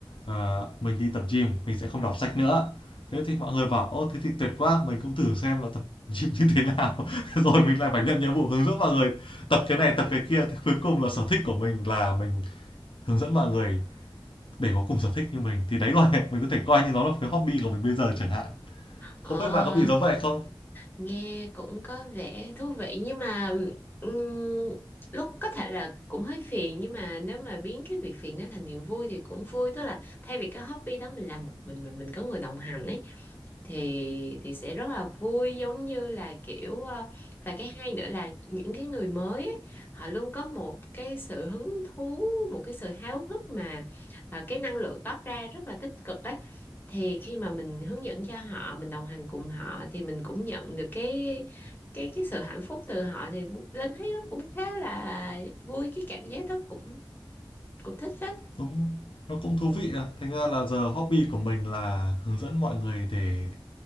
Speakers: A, on the left; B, on the left.
A: à, mình đi tập gym mình sẽ không đọc sách nữa thế thì mọi người bảo ô thế thì tuyệt quá mình cũng thử xem là tập gym như thế nào <laughs> rồi mình lại phải nhận nhiệm vụ hướng dẫn mọi người tập cái này tập cái kia thì cuối cùng là sở thích của mình là mình hướng dẫn mọi người để có cùng sở thích như mình thì đấy gọi mình có thể coi như nó là cái hobby của mình bây giờ chẳng hạn
B: ờ,
A: không biết bạn có bị giống vậy không
B: nghe cũng có vẻ thú vị nhưng mà ừm, lúc có thể là cũng hơi phiền nhưng mà nếu mà biến cái việc phiền đó thành niềm vui thì cũng vui tức là thay vì cái hobby đó mình làm một mình mà mình có người đồng hành ấy thì thì sẽ rất là vui giống như là kiểu ờ, và cái hay nữa là những cái người mới ấy, họ luôn có một cái sự hứng thú một cái sự háo hức mà ờ, cái năng lượng toát ra rất là tích cực ấy thì khi mà mình hướng dẫn cho họ mình đồng hành cùng họ thì mình cũng nhận được cái cái cái sự hạnh phúc từ họ thì Linh thấy nó cũng khá là vui cái cảm giác đó cũng cũng thích phết
A: đúng nó cũng thú vị à thành ra là giờ hobby của mình là hướng dẫn mọi người để